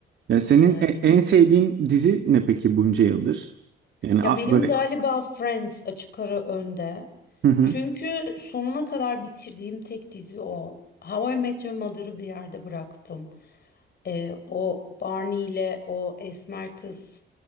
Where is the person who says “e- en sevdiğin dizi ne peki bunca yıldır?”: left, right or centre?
Right